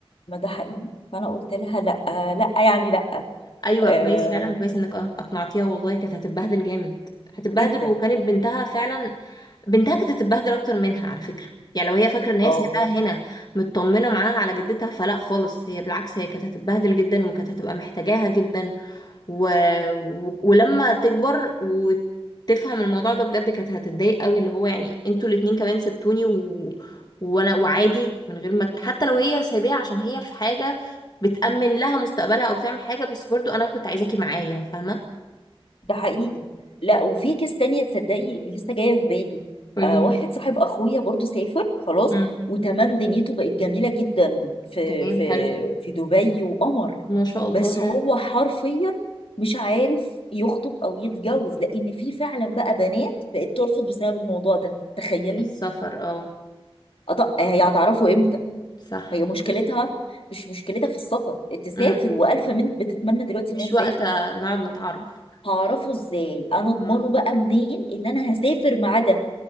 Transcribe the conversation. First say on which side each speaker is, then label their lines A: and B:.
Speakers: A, on the left; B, on the left.
A: ما ده حقيقي فانا قلت لها لا لا يعني لا
B: ايوه
A: آه
B: كويس فعلا كويس انك اقنعتيها والله كانت هتتبهدل جامد هتتبهدل
A: جدا
B: وكانت بنتها فعلا بنتها كانت هتتبهدل اكتر منها على فكره يعني لو هي فاكره ان هي
A: اه
B: سايباها هنا مطمنه معاها على جدتها فلا خالص هي بالعكس هي كانت هتتبهدل جدا وكانت هتبقى محتاجاها جدا و... و... ولما تكبر وتفهم الموضوع ده بجد كانت هتتضايق قوي اللي هو يعني انتوا الاتنين كمان سبتوني و... وانا وعادي من غير ما حتى لو هي سايباها عشان هي في حاجة بتأمن لها مستقبلها او بتعمل حاجة بس برضو انا كنت عايزاكي معايا فاهمة
A: ده حقيقي لا وفي كيس تانية تصدقي لسه جاية في بالي
B: قوليلي
A: آه واحد صاحب أخويا برضو سافر خلاص
B: امم
A: وتمام دنيته بقت جميلة جدا في
B: تمام
A: في
B: حلو
A: في دبي وقمر
B: ما شاء الله
A: بس
B: حلو
A: هو حرفيا مش عارف يخطب أو يتجوز لأن في فعلا بقى بنات بقت ترفض بسبب الموضوع ده تخيلي
B: السفر اه
A: أط- هي هتعرفه إمتى
B: صح
A: هي مشكلتها مش مشكلتها في السفر تسافر
B: امم
A: وألف بنت بتتمنى دلوقتي
B: مفيش
A: إنها تسافر
B: وقت آه، نقعد نتعرف
A: هعرفه ازاي انا اضمنه
B: آه.
A: بقى منين اللي انا هسافر معاه ده